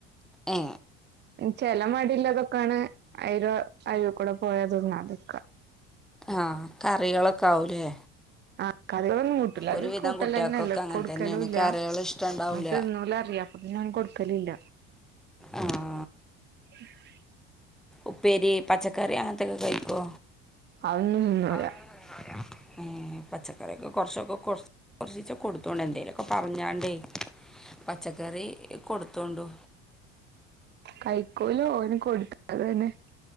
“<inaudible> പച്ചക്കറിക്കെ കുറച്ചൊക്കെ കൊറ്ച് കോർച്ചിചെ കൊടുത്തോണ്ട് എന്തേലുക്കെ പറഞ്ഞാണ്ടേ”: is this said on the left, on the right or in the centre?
Centre